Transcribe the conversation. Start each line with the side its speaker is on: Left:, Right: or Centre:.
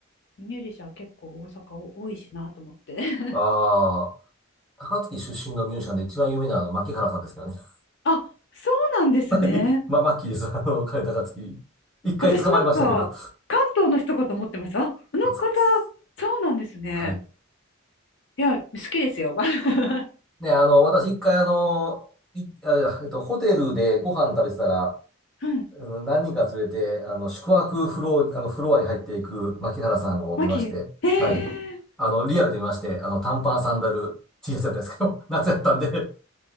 Left: ミュージシャン結構大阪多いしなと思って。<laughs>
Centre: ああ。高槻出身のミュージシャンで一番有名なあの、牧原さんですけどね。<laughs>
Left: あ、そうなんですね。
Centre: はい。まあ、マッキーです。あの、彼高槻。一回捕まりましたけど、
Left: 私なんか、関東の人かと思ってました。あ、
Centre: <laughs>
Left: あの方、
Centre: 関西です。
Left: そうなんですね。
Centre: はい。
Left: いや、好きですよ。<laughs>
Centre: ね、あの、私一回あの、い、あ、えっと、ホテルでご飯食べてたら、
Left: うん。
Centre: あの何人か連れて、あの、宿泊フロア、あの、フロアに入っていく牧原さんを見まして、
Left: <laughs> マキ、え
Centre: はい。あの、リアルで見まして、あの、短パン、サンダル、T シャツやったんですけど、<laughs> 夏やったんで